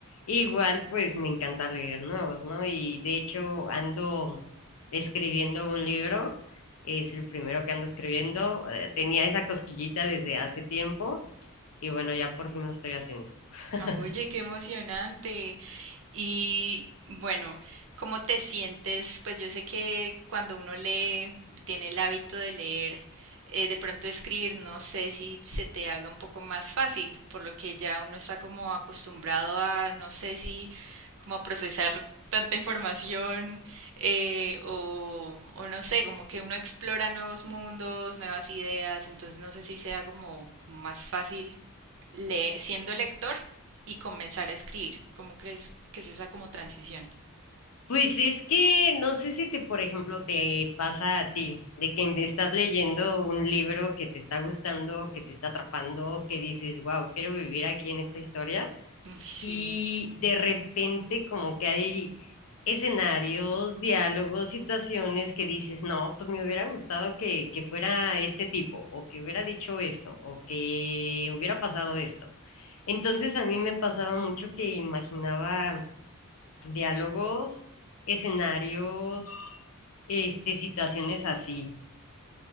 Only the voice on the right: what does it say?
Oye, qué emocionante. Y bueno, ¿cómo te sientes? Pues yo sé que cuando uno lee, tiene el hábito de leer, eh, de pronto escribir, no sé si se te haga un poco más fácil, por lo que ya uno está como acostumbrado a, no sé si, como a procesar tanta información eh, o, o no sé, como que uno explora nuevos mundos, nuevas ideas, entonces no sé si sea como, como más fácil le siendo lector y comenzar a escribir? ¿Cómo crees que es esa como transición?
Uy, sí,